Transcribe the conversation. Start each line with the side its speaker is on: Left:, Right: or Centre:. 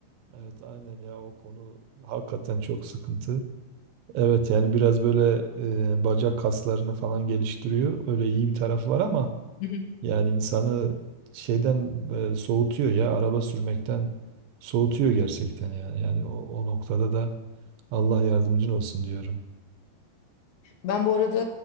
Right: Evet aynen ya o konu hakikaten çok sıkıntı. Evet yani biraz böyle e, bacak kaslarını falan geliştiriyor. Öyle iyi bir tarafı var ama
Left: <laughs>
Right: yani insanı şeyden e, soğutuyor ya araba sürmekten soğutuyor gerçekten yani. Yani o, o noktada da Allah yardımcın olsun diyorum.
Left: Ben bu arada